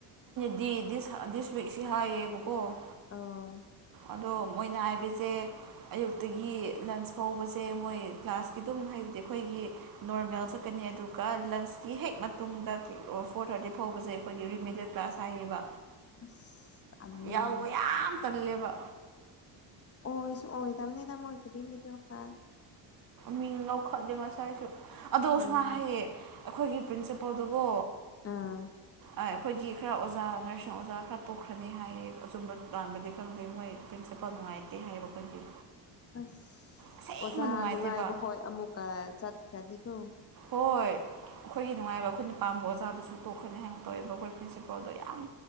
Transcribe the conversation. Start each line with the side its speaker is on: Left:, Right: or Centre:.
Right: ꯗꯤ ꯗꯤꯁ ꯗꯤꯁ ꯋꯤꯛꯁꯤ ꯍꯥꯏꯌꯦꯕꯀꯣ
Left: ꯑꯥ
Right: ꯑꯗꯣ ꯃꯣꯏꯅ ꯍꯥꯏꯕꯁꯦ ꯑꯌꯨꯛꯇꯒꯤ ꯂꯟꯁ ꯐꯕꯁꯦ ꯃꯣꯏ ꯀ꯭ꯂꯥꯁꯀꯤ ꯑꯗꯨꯝ ꯍꯥꯏꯕꯗꯤ ꯑꯩꯈꯣꯏꯒꯤ ꯅꯣꯔꯃꯦꯜ ꯆꯠꯀꯅꯤ ꯑꯗꯨꯒ ꯂꯟꯁ ꯀꯤ ꯍꯦꯛ ꯃꯇꯨꯡꯗꯒꯤ ꯐꯣꯔ ꯊꯥꯔꯇꯤ ꯐꯥꯎꯕꯁꯦ ꯑꯩꯈꯣꯏꯒꯤ ꯔꯤꯃꯦꯗꯦꯠ ꯀ꯭ꯂꯥꯁ ꯍꯥꯏꯌꯦꯕ
Left: ꯑꯁ ꯇꯜꯂꯦꯅꯦ
Right: ꯌꯥꯎꯕ ꯌꯥꯝ ꯇꯜꯂꯦꯕ
Left: ꯑꯣꯁꯨ ꯑꯣꯏ ꯗꯝꯅꯤꯗ ꯃꯣꯏꯒꯤꯗꯤ ꯃꯤꯗꯜ ꯀ꯭ꯂꯥꯁ
Right: ꯃꯤꯡ ꯂꯧꯈꯠꯂꯤ ꯉꯁꯥꯏꯁꯨ ꯑꯗꯣ ꯑꯁꯨꯃꯥꯏ
Left: ꯑꯣ
Right: ꯍꯥꯏꯌꯦ ꯑꯩꯈꯣꯏꯒꯤ ꯄ꯭ꯔꯤꯟꯁꯤꯄꯜꯗꯨꯒꯣ
Left: ꯎꯝ
Right: ꯑꯩꯈꯣꯏꯒꯤ ꯈꯔ ꯑꯣꯖꯥ ꯅꯔꯁꯤꯡ ꯑꯣꯖꯥ ꯈꯔ ꯇꯣꯛꯈ꯭ꯔꯅꯤ ꯍꯥꯏꯌꯦ ꯑꯆꯨꯝꯕ ꯂꯥꯟꯕꯗꯤ ꯈꯪꯗꯦ ꯃꯣꯏ ꯄ꯭ꯔꯤꯟꯁꯤꯄꯜ ꯄ ꯅꯨꯡꯉꯥꯏꯇꯦ ꯍꯥꯏꯕ ꯑꯩꯈꯣꯏꯒꯤ
Left: ꯑꯁ
Right: ꯑꯁꯦꯡꯕ
Left: ꯑꯣꯖꯥ
Right: ꯅꯨꯡꯉꯥꯏꯇꯦꯕ
Left: ꯅꯨꯡꯉꯥꯏꯕ ꯍꯣꯏ ꯑꯃꯨꯛꯀ ꯆꯠꯈ꯭ꯔꯗꯤꯀꯣ
Right: ꯍꯣꯏ ꯑꯩꯈꯣꯏꯒꯤ ꯅꯨꯡꯉꯥꯏꯕ ꯑꯩꯈꯣꯏꯅ ꯄꯥꯝꯕ ꯑꯣꯖꯥꯗꯨꯁꯨ ꯇꯣꯛꯈ꯭ꯔꯅꯤ ꯍꯥꯏꯒꯨ ꯇꯧꯋꯦꯕ ꯑꯩꯈꯣꯏ ꯄ꯭ꯔꯤꯟꯁꯤꯄꯥꯜꯗꯣ ꯌꯥꯝ